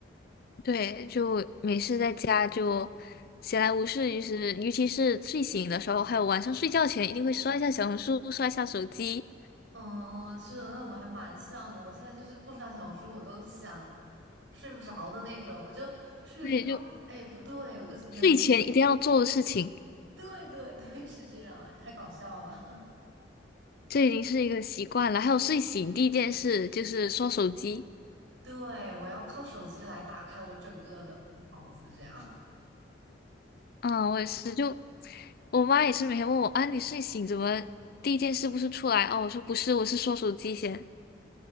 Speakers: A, on the left (about 55°); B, on the right (about 80°).
A: 对，就没事在家就闲来无事，就是尤其是睡醒的时候，还有晚上睡觉前，一定会刷一下小红书，刷一下手机。
B: 嗯，是的，那我们还蛮像的。我现在就是不刷小红书，我都想睡不着的那种，我就睡了一半，
A: 对，就
B: 哎，不对，我都今天都没。
A: 睡前一定要做的事情，
B: 对对对，是这样，哎，太搞笑了。<laughs>
A: 这已经是一个习惯了。还有睡醒第一件事就是刷手机。
B: 对，我要靠手机来打开我整个的脑子，这样
A: 嗯，我也是，就我妈也是每天问我啊，你睡醒怎么第一件事不是出来？哦，我说不是，我是刷手机先。